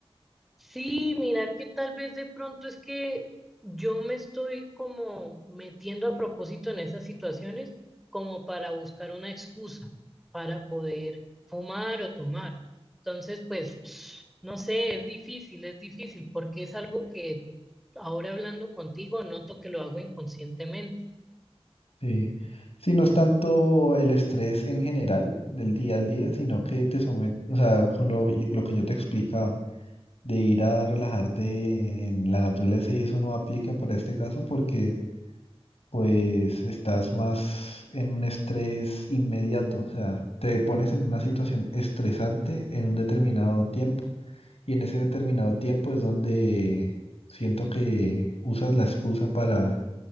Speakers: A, in the centre; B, on the left (about 70°).
A: Sí, mira que tal vez de pronto es que yo me estoy como metiendo a propósito en esas situaciones como para buscar una excusa para poder fumar o tomar. Entonces, pues, no sé, es difícil, es difícil porque es algo que ahora hablando contigo noto que lo hago inconscientemente.
B: Sí. Sí, no es tanto el estrés en general del día al día, sino que te somete, o sea, con lo lo que yo te explica de ir a relajarte en la naturaleza y eso no aplica para este caso porque pues estás más en un estrés inmediato, o sea, te pones en una situación estresante en un determinado tiempo y en ese determinado tiempo es donde siento que usas la excusa para,